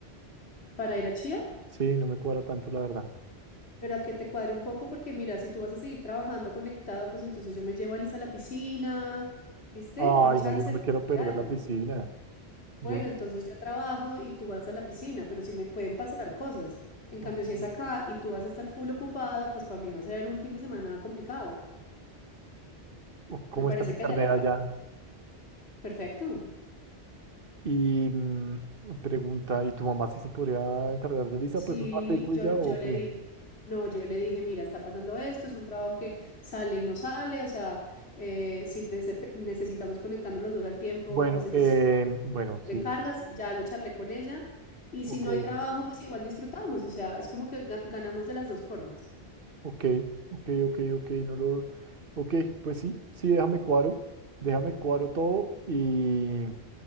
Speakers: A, on the left (about 75°); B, on the right (about 55°).
A: Para ir a Chía,
B: Sí, no me cuadra tanto, la verdad.
A: pero a que te cuadre un poco porque mira, si tú vas a seguir trabajando conectado, pues entonces yo me llevo a Lisa a la piscina, ¿viste?
B: Ay,
A: Hay chance
B: no, yo no me quiero perder
A: de algo.
B: la piscina. Yo,
A: Bueno, entonces yo trabajo y tú vas a la piscina, pero sí me pueden pasar cosas. En
B: ok,
A: cambio, si es acá y tú vas a estar full ocupada, pues para mí va a ser un fin de semana complicado.
B: uf, ¿cómo
A: Me parece
B: está el internet
A: que allá la...
B: allá?
A: pla- Perfecto.
B: Y mm, pregunta, ¿y tu mamá si se podría encargar de Lisa?
A: Sí,
B: Pues un ratico
A: yo,
B: y ya,
A: yo
B: ¿o
A: le
B: qué?
A: dije, no, yo le dije, mira, está pasando esto, es un trabajo que sale y no sale, o sea, eh, si nece- necesitamos conectarnos los dos al tiempo,
B: Bueno,
A: pues y
B: eh,
A: si
B: bueno,
A: te
B: sí,
A: encargas, ya lo charlé con ella, y
B: ok.
A: si no hay trabajo, pues igual disfrutamos, o sea, es como que ga- ganamos de las dos formas.
B: Ok, ok, ok, ok, no lo... Ok, pues sí, sí, déjame cuadro, déjame cuadro todo y,